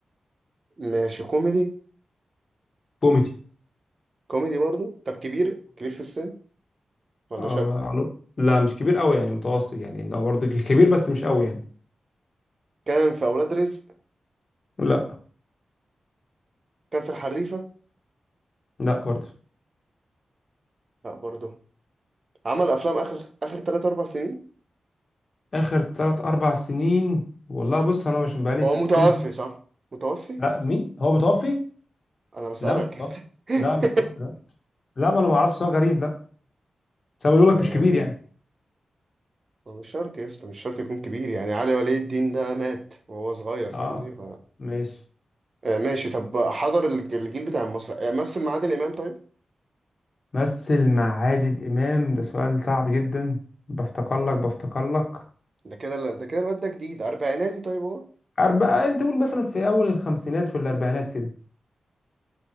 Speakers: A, on the right (about 45°); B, on the left (about 45°).
A: ماشي كوميدي
B: كوميدي
A: كوميدي برضه طب كبير كبير في السن ولا
B: آه
A: شاب
B: على- لا مش كبير قوي يعني متوسط يعني ده برضه كبير بس مش قوي يعني
A: كان في اولاد رزق
B: لا
A: كان في الحريفه
B: لا برضه
A: لا برضه عمل افلام اخر اخر 3 4 سنين
B: اخر ثلاث اربع سنين والله بص انا مش بقالي
A: هو
B: كتير
A: متوفي
B: مش-
A: صح متوفي
B: لا مين هو متوفي
A: انا بسألك
B: لا مش متوفي
A: <laughs> انت
B: لا مش متوفي لا لا ما انا ما اعرفش سؤال غريب لا بس أنا بقول لك
A: آه،
B: مش كبير يعني
A: مش شرط يا اسطى مش شرط يكون كبير يعني علي ولي الدين ده مات وهو صغير فاهمني
B: اه
A: ف
B: ماشي
A: آه، ماشي طب حضر الج- الجيل بتاع مصر آه، مثل مع عادل امام طيب
B: مثل مع عادل امام ده سؤال صعب جدا بفتكر لك بفتكر لك
A: ده كده ده كده الواد ده جديد اربعيناتي طيب هو
B: أربعة أنت قول مثلا في أول الخمسينات في الأربعينات كده